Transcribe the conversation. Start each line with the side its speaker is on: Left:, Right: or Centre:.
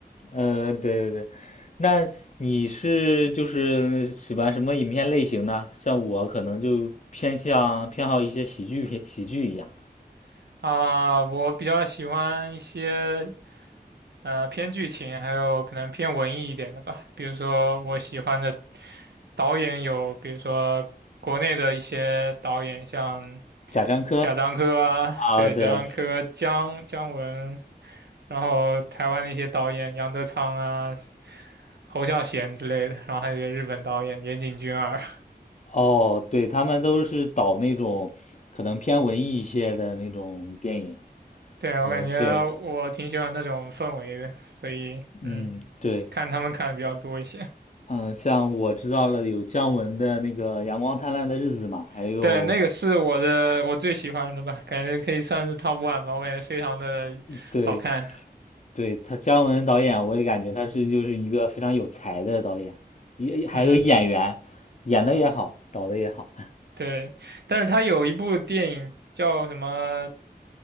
Left: 呃，对对对，那你是就是喜欢什么影片类型呢？像我可能就偏向偏好一些喜剧片，喜剧一样，
Right: <laughs> 啊，我比较喜欢一些呃偏剧情，还有可能偏文艺一点的吧。比如说我喜欢的导演有，比如说国内的一些导演，像。
Left: 贾樟柯
Right: 贾樟柯啊，
Left: 啊，
Right: 对，
Left: 对，
Right: 贾樟柯、姜姜文，然后台湾的一些导演，杨德昌啊、侯孝贤之类的，然后还有一些日本导演，岩井俊二。
Left: 哦，对，他们都是导那种可能偏文艺一些的那种电影，
Right: <laughs> 对，
Left: 呃，
Right: 我感觉我挺喜欢那种氛围的，
Left: 对，
Right: 所以嗯，
Left: 嗯，对，
Right: 看他们看的比较多一些。
Left: 嗯，像我知道了有姜文的那个《阳光灿烂的日子》嘛，
Right: <laughs>
Left: 还有
Right: 对，那个是我的我最喜欢的吧，感觉可以算是 top one 吧，我感觉非常的好看。
Left: 对，对，他姜文导演，我也感觉他是就是一个非常有才的导演，也还有演员，
Right: 嗯，
Left: 演的也好，导的也好，
Right: 对，但是他有一部电影叫什么